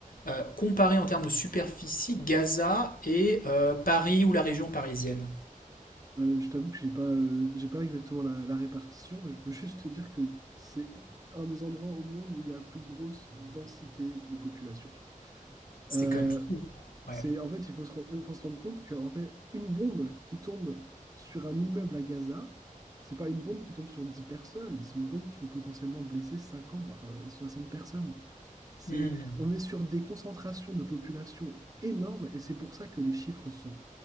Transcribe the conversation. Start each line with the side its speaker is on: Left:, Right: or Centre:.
Left: euh, comparer en termes de superficie Gaza et euh, Paris ou la région parisienne?
Right: Euh, je t'avoue que j'ai pas, euh, j'ai pas exactement la, la répartition, mais je peux <laughs> juste te dire que c'est un des endroits au monde où il y a la plus grosse densité de population.
Left: C'est
Right: Euh,
Left: quand même fou. Ouais.
Right: C'est, en fait, il faut se, ren- il faut se rendre compte que, en fait, une bombe qui tombe sur un immeuble à Gaza, c'est pas une bombe qui tombe sur 10 personnes, c'est une bombe qui peut potentiellement blesser 50 voire euh, 60 personnes. C'est,
Left: Hmm.
Right: on est sur des concentrations de population énormes et c'est pour ça que les chiffres sont